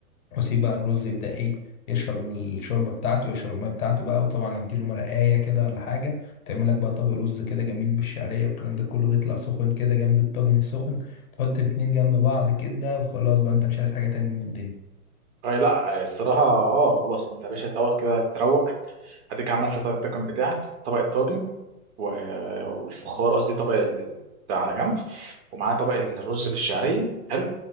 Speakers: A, on the left; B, on the right.
A: واسيب بقى الرز يبدا ايه يشرب الشوربه بتاعته يشرب الميه بتاعته بقى وطبعا اديله مرقايه كده ولا حاجه تعمل لك بقى طبق رز كده جميل بالشعريه والكلام ده كله يطلع سخن كده جنب الطاجن السخن تحط الاتنين جنب بعض كده وخلاص بقى انت مش عايز حاجه تانية من الدنيا
B: اي لا آه، الصراحه اه خلاص انت يا باشا دوت كده تتروق اديك عملت طيب الدكن بتاعك طبق الطاجن و- والفخار قصدي طبق ال- ال- ده على جنب ومعاه طبق الرز بالشعريه حلو